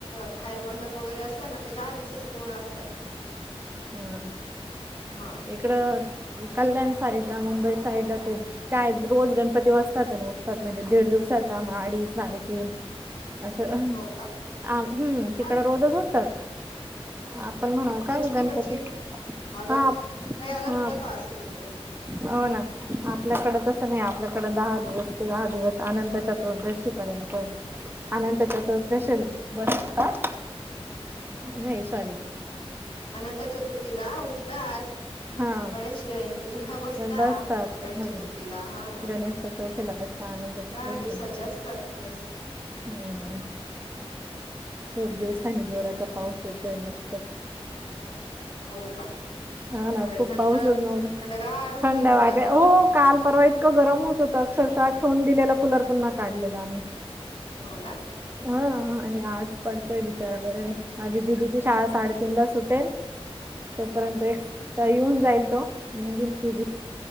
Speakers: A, on the left; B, on the right.
A: बाहेर मंडप वगैरे असत ना ते दहा दिवसाचे पूर्ण असतात.
B: हम्म
A: हा
B: इकडं कल्याण साईड ला मुंबई साईड ला ते काय रोज गणपती बसतात आणि उठतात म्हणजे दीड दिवसाचा मग अडीच साडेतीन असं,
A: हो का
B: आ हम् तिकड
A: हा
B: रोजच होतात. आप पण म्हणा
A: त्यांची
B: काय
A: तिकडची
B: गणपती,
A: अलग
B: हा,
A: काही अलग
B: हा.
A: प्रथा असेल तिकडे मग
B: हो ना. आपल्याकडे तसं नाही आपल्याकडें दहा दिवस, दहा दिवस अनंत चतुर्दशी पर्यंत. अनंत चतुर्दशी बस काय? नाही सॉरी
A: अनंत चतुर्थीला उठतात.
B: हा
A: गणेश जयंतीला हा बसता
B: बसतात
A: गणेश
B: हा
A: चतुर्थीला हा.
B: गणेश चतुर्थीला बसता अनंत चतुर्थीला
A: दहा दिवसाचे
B: बसता
A: असतातच
B: हम्म खूप दिवसानी जोराचा पाऊस येतोय मस्त
A: हो का?
B: हा ना
A: बरं
B: खूप
A: थंड
B: पाऊसच नव्हत
A: थंडगार होईल
B: थंड वाटे
A: मग आता
B: हो काल परवा इतकं गरम होत होतं अक्षरशः ठेवून दिलेलं कुलर पुन्हा काढलेला आम्ही
A: हो ना.
B: हा आणि आज पडतोय बिचारा बरंय माझी दिदीची शाळा
A: हम्म,
B: साडेतीन ला सुटेल. तोपर्यंत
A: हम्म, हम्म.
B: एक येऊन जाईल तो मग येईल दिदी